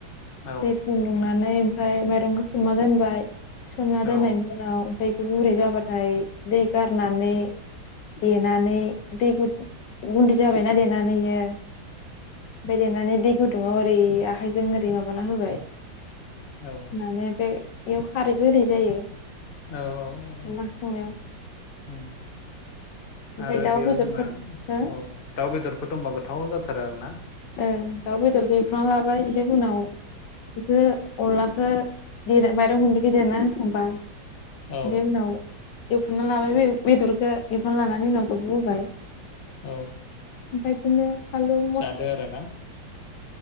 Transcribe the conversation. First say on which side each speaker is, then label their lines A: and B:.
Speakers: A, on the left; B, on the left.
A: औ
B: दै फुन्दुंनानै ओमफ्राय माइरंखौ सोमना दोनबाय सोमना दोननायनि
A: औ
B: उनाव ओमफ्राय गुरै जाबाथाय दै गारनानै देनानै दै गु <inaudible> गुन्दै जाबायना देनानै इयो। ओमफ्राय देरनानै दै गुदुङाव ओरै आखाइजों ओरै माबाना होबाय।
A: औ
B: माने बे बेयाव खारैबो होनाय जायो।
A: औ औ औ
B: अनला ओंख्रि संनायाव
A: उम
B: ओमफ्राय
A: आरो
B: दाउ
A: बेयाव
B: बेदरफोर
A: जोंहा
B: हो
A: औ दाउ बेदरफोर दंबा गोथाव जाथारो आरोना।
B: ओ दाउ बेदरखौ एउफ्रना लाबाय ओमफ्राय उनाव बेखो अनलाखो दे माइरं गुन्दैखौ देना एखबा
A: औ
B: ओमफ्राय उनाव एवफ्रांना लाबाय बे बेदरखौ एवफ्रांना लानानै उनाव जब' होबाय।
A: औ
B: ओमफाय बिदिनो फालौ
A: जादो आरो ना,